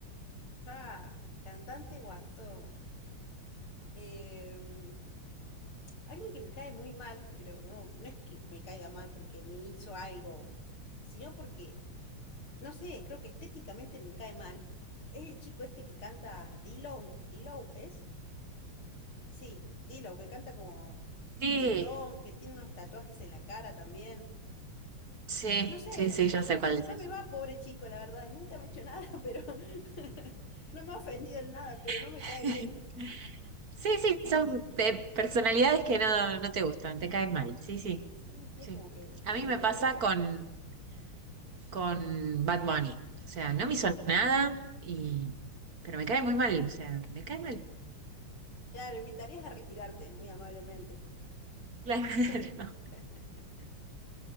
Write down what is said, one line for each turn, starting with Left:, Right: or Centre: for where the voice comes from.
Left: Ah, cantante o actor. Em, alguien que me cae muy mal, pero no, no es que me caiga mal porque me hizo algo, sino porque, no sé, creo que estéticamente me cae mal. Es el chico este que canta D-Lo. D-Lo, ¿es? Sí, D-Lo, que canta como
Right: Sí,
Left: reggaetón, que tiene unos tatuajes en la cara también.
Right: sí,
Left: No sé,
Right: sí, sí, yo sé
Left: n-
Right: cuál es.
Left: no
Right: ese.
Left: me va, pobre chico, la verdad. Nunca me ha hecho nada, <laughs> pero <laughs> no me ha ofendido en nada, pero no me
Right: <laughs>
Left: cae bien.
Right: Sí, sí, son eh, personalidades que no, no te gustan, te caen mal. Sí, sí.
Left: Sí, sí,
Right: Sí.
Left: es como que lo
Right: A mí
Left: invitaría.
Right: me pasa con, con Bad Bunny. O sea, no me hizo nada, y, pero me cae muy mal. O sea, me cae mal.
Left: Claro, lo invitarías a retirarte, muy amablemente.
Right: <laughs> Claro.
Left: <laughs>